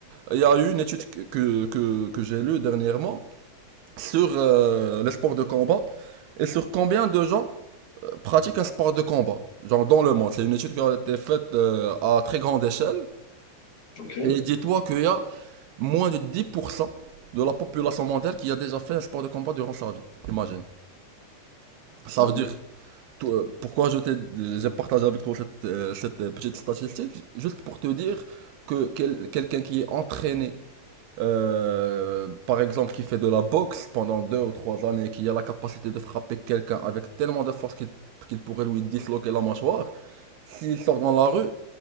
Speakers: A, on the right (about 75°); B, on the left (about 50°).
A: Il y a eu une étude que, que, que- que j'ai lue dernièrement sur euh, les sports de combat et sur combien de gens pratiquent un sport de combat, genre dans le monde. C'est une étude qui a été faite euh, à très grande échelle.
B: ok.
A: Et dis-toi qu'il y a moins de 10% de la population mondiale qui a déjà fait un sport de combat durant sa vie. Imagine. Ça
B: Ah
A: veut
B: Ouais,
A: dire, toi, euh, pourquoi je t'ai, j'ai partagé avec toi cette, euh, cette euh, petite statistique, juste pour te dire que quel- quelqu'un qui est entraîné, euh, par exemple, qui fait de la boxe pendant deux ou trois années, qui a la capacité de frapper quelqu'un avec tellement de force qu'il qu'il pourrait lui disloquer la mâchoire, s'il sort dans la rue,